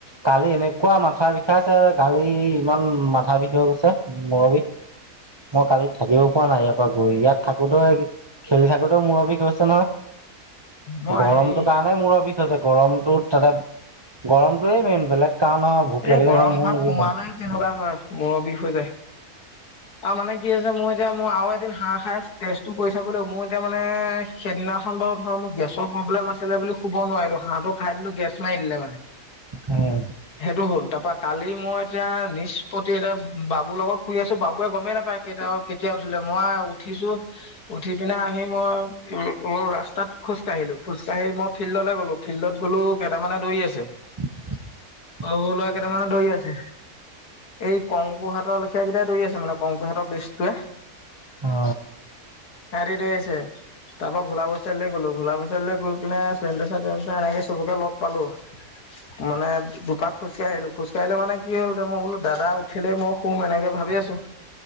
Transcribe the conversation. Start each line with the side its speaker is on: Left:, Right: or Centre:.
Right: কালি এনেকুৱা মাথা বিষাইছে গালি ইমান মাথা বিষ হৈ গৈছে মুৰৰ বিষ। মই কালি থাকিব পৰা নাই ইয়াৰ পৰা গৈ ইয়াত থাকোতে খেলি থাকোতেও মূৰ বিষ হৈছে নহয়।
Left: মই
Right: গৰমটো
Left: হেৰি
Right: কাৰণে মূুৰৰ বিষ। হৈছে গৰমতটো তাতে গৰমটোয়ে মেইন বেলেগ কাৰণ ভোক লাগিলে
Left: এ গৰম
Right: ইমান মূৰ
Left: ভাৱ
Right: নিবিষাই
Left: সোমালে তেনেকুৱা হয়, মুৰৰ বিষ হৈ যায়।
Right: <inaudible>
Left: আৰু মানে কি হৈছে মই এতিয়া মই আৰু এদিন হাঁহ খাই টেষ্টটো কৰি চাব লাগিব মোৰ এতিয়া মানে সেইদিনাখন বাৰু ধৰ মোৰ গেছৰ প্ৰব্লেম আছিলে বুলি শুব নোৱাৰিলো হাঁহটো খাই দিলো গেছ মাৰি দিলে মানে।
Right: উম,
Left: সেইটো হ'ল তাৰ পা কালি মই এতিয়া নিষ্পত্তি এতিয়া বাবুৰ লগত শুই আছো বাবুৱে গমেই নাপায় কে তিয়া উঠিলে মই উঠিছো উঠি পিনে আহি মই অলপ ৰাস্তাত খো জা কাঢ়িলো খোজকাঢ়ি মই ফিল্ডলৈ গ'লো ফিল্ডত গলো কেইাটামানে দৌৰি আছে
Right: <unintelligible>
Left: অ সৰু সৰু লৰা কেইটামানে দৌৰি আছে এই কংকু হাতৰ লেখীয়া কেইটাই দৌৰি আছে মানে কংকুহেটৰ বেজটোৱে
Right: অ
Left: হেতি দৌৰি আছে তাৰ পৰা ভোলাবৈছালে গলো ভোলাবৈচালে গৈ পেলাই চোৱেনডোচা তোৱেনডোচা এনেকে চবকে লগ পালো মানে এপাক খোজকাঢ়িলো খোজকাাঢ়িলে মানে কি হ'ল মই বোলো দাদা উঠিলেই মই শুম এনেকে ভাবি আছো-